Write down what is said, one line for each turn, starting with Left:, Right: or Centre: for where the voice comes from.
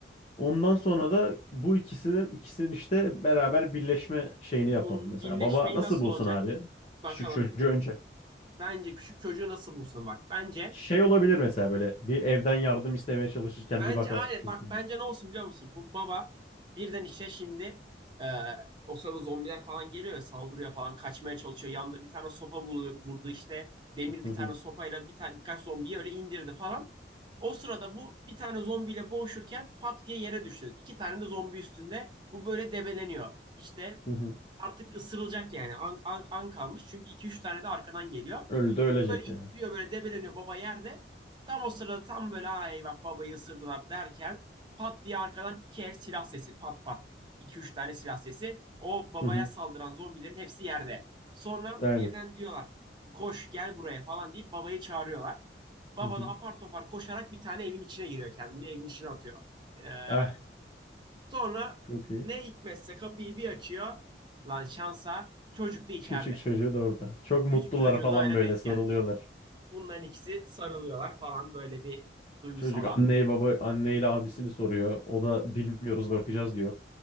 Left: Ondan sonra da bu ikisinin ikisinin işte beraber birleşme şeyini
Right: Bunun
Left: yapalım mesela.
Right: birleşmeyi
Left: Baba nasıl
Right: nasıl
Left: bulsun
Right: olacak?
Left: abi?
Right: Bakalım.
Left: Küçük çocuğu önce.
Right: Bence küçük çocuğu nasıl bulsun bak. Bence
Left: Şey olabilir mesela böyle bir evden yardım istemeye çalışırken
Right: Bence
Left: bir bakar
Right: aynen.
Left: çocuğu.
Right: Bak bence ne olsun biliyor musun? Bu baba birden işte şimdi e, o sırada zombiler falan geliyor ya saldırıyor falan kaçmaya çalışıyor. Yanında bir tane sopa vuru- vurdu işte. Demir
Left: Hı
Right: bir
Left: hı,
Right: tane sopayla bir tane birkaç zombiyi öyle indirdi falan. O sırada bu bir tane zombiyle boğuşurken pat diye yere düştü. İki tane de zombi üstünde. Bu böyle debeleniyor. İşte
Left: hı hı.
Right: artık ısırılacak yani. An, an, an kalmış. Çünkü iki üç tane de arkadan geliyor.
Left: Öldü de ölecek
Right: Böyle ittiriyor
Left: yani.
Right: böyle debeleniyor baba yerde. Tam o sırada tam böyle ha eyvah babayı ısırdılar derken pat diye arkadan iki el silah sesi pat pat. 2 üç tane silah sesi. O babaya
Left: Hı hı,
Right: saldıran zombilerin hepsi yerde. Sonra
Left: Aynen.
Right: birden diyorlar koş gel buraya falan deyip babayı çağırıyorlar. Baba
Left: Hı hı.
Right: da apar topar koşarak bir tane evin içine giriyor kendini evin içine atıyor. Ee,
Left: Ah
Right: sonra
Left: çok iyi.
Right: ne hikmetse kapıyı bir açıyor. Lan şansa çocuk da içeride.
Left: Küçük çocuğu da orada. Çok mutlular
Right: Küçük çocuğu
Left: falan
Right: da öyle
Left: böyle
Right: denk
Left: sarılıyorlar.
Right: gelmiş. Bunların ikisi sarılıyorlar falan böyle bir duygusal
Left: Çocuk
Right: an.
Left: anneyi baba anneyle abisini soruyor. O da bilmiyoruz bakacağız diyor.